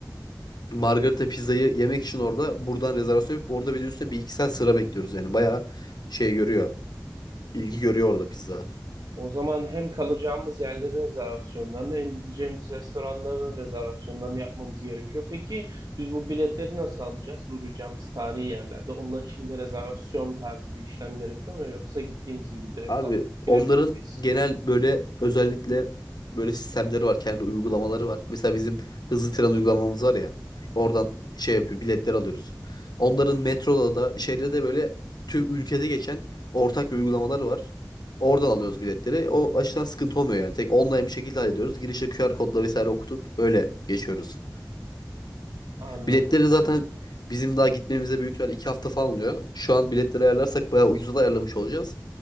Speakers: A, on the left; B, on the right.
A: Margherita pizzayı yemek için orada buradan rezervasyon yapıp orada bir de üstüne bir iki saat sıra bekliyoruz yani. Bayağı şey görüyor. ilgi görüyor orada pizza.
B: O zaman hem kalacağımız yerlerin rezervasyonlarını hem gideceğimiz restoranların rezervasyonlarını yapmamız gerekiyor. Peki biz bu biletleri nasıl alacağız? Uğrayacağımız tarihi yerlerde. Onlar için de rezervasyon tarzı bir işlem gerekiyor mu? Yoksa gittiğimiz gibi direkt
A: Abi
B: alıp girebilir
A: onların
B: miyiz?
A: genel böyle özellikle böyle sistemleri var. Kendi uygulamaları var. Mesela bizim hızlı tren uygulamamız var ya. Oradan şey yapıyor biletler alıyoruz. Onların metroda da şehirde de böyle tüm ülkede geçen ortak bir uygulamaları var. Oradan alıyoruz biletleri. O açıdan sıkıntı olmuyor yani. Tek online bir şekilde hallediyoruz. Girişe QR kodla vesaire okutup öyle geçiyoruz.
B: Anladım.
A: Biletleri zaten bizim daha gitmemize büyük ihtimal iki hafta falan oluyor. Şu an biletleri ayarlarsak bayağı ucuza da ayarlamış olacağız.